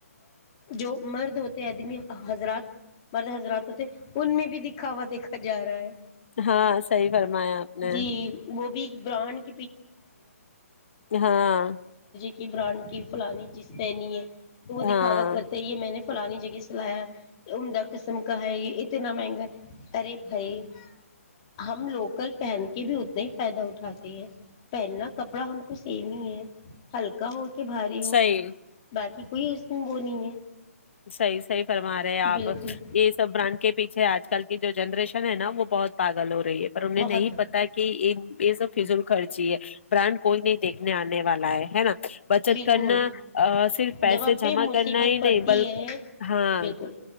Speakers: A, on the left; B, on the left.
A: جو مرد ہوتے آدمی حضرات مرد حضرات ہوتے ان میں بھی دکھا جا رہا ہے
B: ہاں صحیح فرمایا آپ نے
A: جی وہ بھی برانڈ <inaudible>
B: ہاں
A: کی برانڈ کی فلانی چیز پہنی ہے تو وہ دکھاوا
B: ہاں
A: کرتا ہے یہ میں نے فلانی جگہ سلایا عمدہ قسم کا ہے یہ یہتنا مہنگا ہے ارے بھائی ہم لوکل پہن کے بھی اتنے فائدہ اٹھاتی ہے پہننا کپڑا ہم کو سیم ہی ہے ہلکا ہو کہ بھاری ہو
B: صحیح
A: باقی کوئی اس میں وہو نہیں ہے
B: صحیح صحیح فرما رہے ہیں آپ
A: بالکل
B: یہ سب برانڈ کے پیچھے آج کل کی جو جنریشن ہے نا وہ بہت پال ہو رہی ہے پر انہیں
A: بہت
B: نہیں پتا کہ یہ سب فیزل خرچی ہے برانڈ کوئی نہیں دیکھنے آنے والا ہے ہے نا بچت
A: بالکل
B: کرنا صرف پیسے
A: جب ہم پہ
B: جمع
A: مصیبت
B: کرنا ہی نہیں
A: پڑتی
B: بلکہ
A: ہے
B: ہاں
A: بالکل